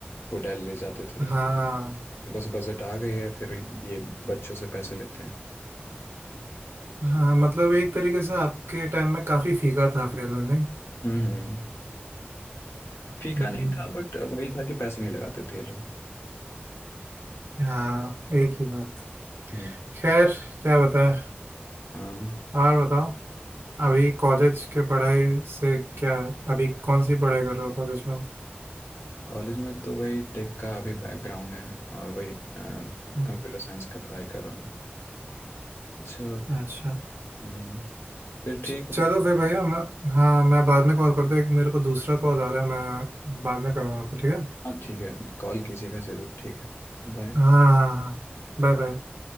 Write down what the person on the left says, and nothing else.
होटल ले जाते थे
बस बजट आ गई है फिर ये बच्चों से पैसे लेते हैं
हम्म हम्म। फीका
नहीं था बट वही था कि पैसे नहीं लगाते थे ये लोग
हम्म
हाँ
कॉलेज में तो वही टेक का अभी बैकग्राउंड है और वही कंप्यूटर
साइंस का पढ़ाई कर रहा हूँ अच्छा
हम्म फिर
ठीक
है
हाँ ठीक है कॉल कीजिएगा जरूर ठीक है बाय